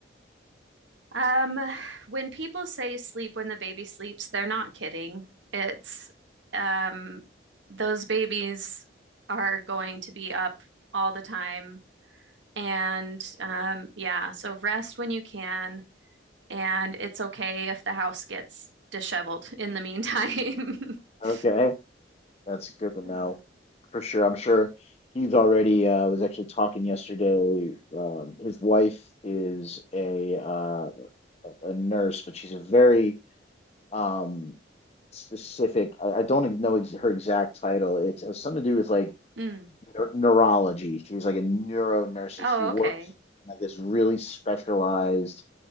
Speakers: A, on the right (about 85°); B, on the left (about 35°).
A: um, when people say sleep when the baby sleeps, they're not kidding. It's um, those babies are going to be up all the time. And um, yeah, so rest when you can. And it's okay if the house gets disheveled in the meantime. <laughs>
B: Okay, that's good to
A: Yeah.
B: know for sure. I'm sure he's already uh was actually talking yesterday. Um his wife is a uh a nurse, but she's a very um specific I, I don't even know ex her exact title. It has something to do with like
A: Mm.
B: neur neurology. She's like a neuro nurse.
A: Oh,
B: She works
A: okay.
B: in like this really specialized